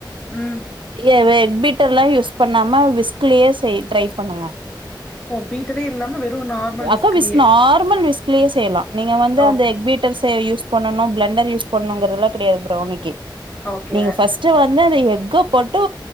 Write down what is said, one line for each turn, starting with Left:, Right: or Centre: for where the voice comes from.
Centre: ம்.
Right: ஏ வே எ பீட்டர்லா யூஸ் பண்ணாம ஸ் கிளியர் செய் ட்ரை பண்ணுங்க
Centre: ஓ! பீட்டரே இல்லாம வெறும் நார்மல்
Right: அக்க
Centre: விஸ்க்லயே.
Right: விச நார்மல் விச ப்ளே செய்யலா நீங்க வந்து
Centre: ஓகே.
Right: அந்த எக்பீட்டர்ஸ யூஸ் பண்ணனு பிளன்டர் யூஸ் பண்ணுகிறதுலா கெடையாது டோனிக்கி
Centre: ஓகே
Right: நீங்க ஃபஸ்ட் வந் இந்தா அந்த எக்க போட்டு